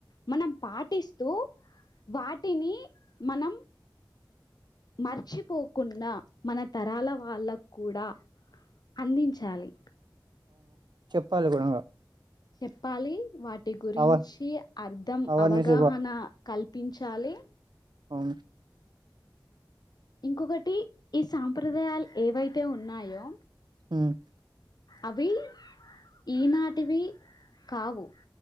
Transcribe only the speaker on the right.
పల్ గున్ గా.
అవ
అవేర్నెస్
ఫమ్.
ఉమ్,